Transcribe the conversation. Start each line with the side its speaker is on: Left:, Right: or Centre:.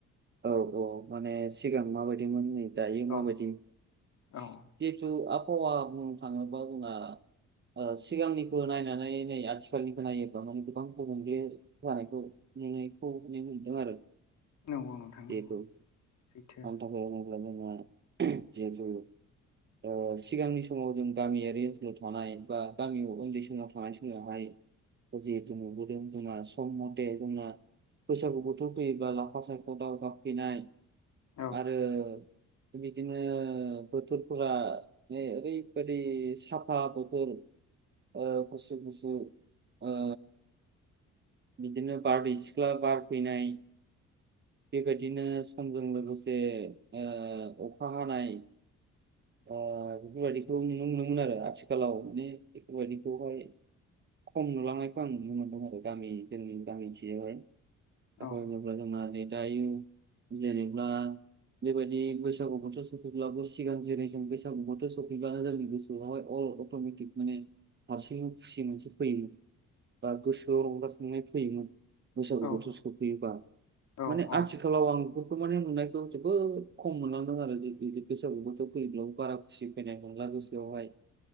Right: औ औ माने सिगां माबायदिमोन दायो माबायदि
Left: औ
Right: जिहेथु
Left: औ
Right: आबहावा बुंनो थाङोबा जोंना ओ सिगांनिखौ नायनानै नै आथिखालनिखौ नायोब्ला माने गोबां गुबुंले जानायखौ नुनायखौ नुनो मोनदों आरो
Left: नंगौ नोंथां नंगौ
Right: जेहेतु
Left: सैथो
Right: हान्था <unintelligible> जोंहा जिहेतु ओ सिगांनि समाव जों गामियारि ओनसोलाव थानाय बा गामियाव उन्दै समाव थानाय समावहाय जिहेतु नुबोदों जोंना सम मते जोंना बैसागु बोथोर फैयोबा लाफा सायख' ख' दाव गाबफैनाय
Left: औ
Right: आरो बिदिनो बोथोरफोरा माने ओरैबायादि साफा बथोर। ओ गुस गुसु ओ बिदिनो बारदै सिख्ला बार फैनाय बेबायदिनो समजों लोगोसे ओ अखा हानाय ओ बेफोरबायदिखौ नुनो मोनोमोन आरो आथिखालाव माने बेफोरबायदिखौहाय खम नुलांनायखौ आं नुनो मोनदों आरो गामि जोंनि गामिथिजोंहाय <unintelligible>
Left: औ
Right: जोंना जे दायो जेनेब्ला बेबायदि बैसागु बोथोर सफैब्लाबो सिगां जेरै जों बेैसागु बोथोर सफैब्ला जोंनि गोसोआवहाय अल अट'मेटिक माने हारसिंनो खुसि मोनसे फैयोमोन बा गोसोआव रंजाखांनाय फैयोमोन बैसागु
Left: औ
Right: बोथोर सफैयोबा
Left: औ
Right: माने
Left: औ
Right: आथिखालाव आं फोरखौ माने नुनायखौ जोबोद खम मोनलांदों आरो जे बि बैसागु बोथोर फैब्लाबो बारा खुसि फैनाय नुला गोसोआवहाय